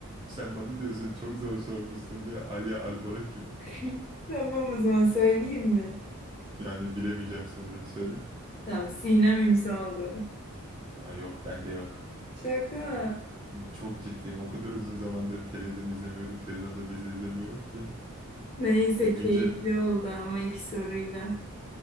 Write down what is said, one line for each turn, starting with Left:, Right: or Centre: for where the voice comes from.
Right: Sen bana diyorsun çok zor sormuşsun diye Alia Albora kim?
Left: <laughs> Tamam o zaman söyleyeyim mi?
Right: Yani bilemeyeceğim sanırım söyle.
Left: Tamam Sinem Ünsal'dı.
Right: Aa yok bende yok.
Left: Şaka.
Right: Çok ciddiyim. O kadar uzun zamandır televizyon izlemiyorum. Televizyonda dizi izlemiyorum ki.
Left: Neyse
Right: E, güncel
Left: keyifli oldu ama iki soruyla.